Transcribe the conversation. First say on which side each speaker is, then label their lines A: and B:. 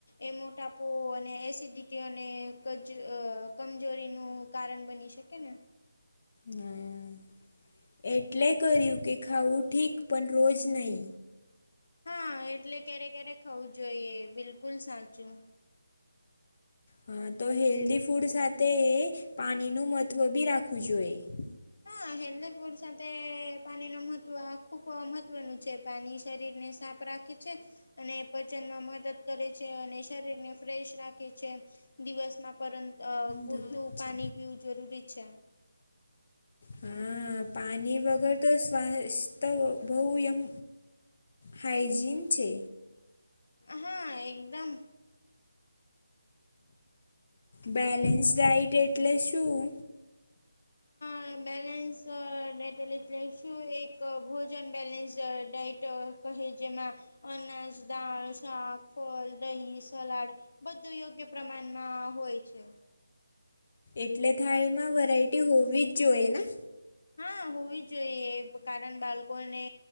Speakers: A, on the left; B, on the left.
A: એ મોટાપો અને એસિડિટી અને એક જ કમજોરીનું કારણ બની શકે ને.
B: હા એટલે કર્યું કે ખાવું ઠીક પણ રોજ ની.
A: હા એટલે ક્યારે ક્યારે ખાવું જોઈએ બિલકુલ સાચું.
B: હા તો હેલ્ધી ફૂડ સાથે પાણીનું મહત્ત્વ બી રાખવું જોઈએ.
A: હા હેલ્થી ફૂડ સાથે પાણી નું મહત્વ ખુબ જ મહત્વનું છે. પાણી શરીરને સાફ રાખે છે અને પાચનમાં મદદ કરે છે અને શરીર ને ફ્રેશ રાખે છે દિવસમાં પરંતુ અહ પૂરતું
B: દરરોજ છે.
A: પાણી પીવું જરૂરી છે.
B: હા પાણી વગર તો સ્વાસતો બઉ એમ હાઇજીન છે.
A: હા એકદમ
B: બેલેન્સ ડાઇટ એટલે શું?
A: હા બેલેન્સ અહ ડાઇટ એટલે શું એક ભોજન બેલેન્સ અહ ડાઇટ અહ કહે જેમાં અનાજ, દાળ, શાક, ફલ, દહી, સલાડ બધું યોગ્ય પ્રમાણમાં હોય છે.
B: એટલે થાળીમાં વેરાયટી હોવી જ જોઈએ ના?
A: હા હોવી જ જોઈએ. કારણ બાલકોને